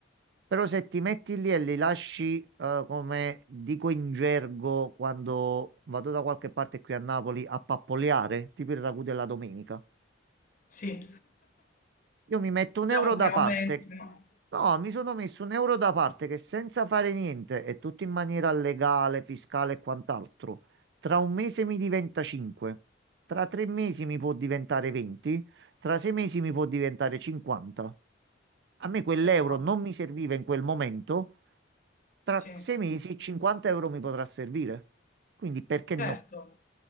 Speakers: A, on the right; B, on the left.
A: Però se ti metti lì e li lasci, eh, come dico in gergo quando vado da qualche parte qui a Napoli, a pappoleare, tipo il ragù della domenica.
B: sì.
A: Io mi metto un
B: Diciamo
A: euro da
B: che aumenta.
A: parte, No, mi sono messo un euro da parte che senza fare niente e tutto in maniera legale, fiscale e quant'altro, tra un mese mi diventa 5, tra tre mesi mi può diventare 20, tra sei mesi mi può diventare 50. A me quell'euro
B: Esatto.
A: non mi serviva in quel momento, tra
B: Sì,
A: sei mesi 50 euro mi potrà servire. Quindi perché
B: certo.
A: no?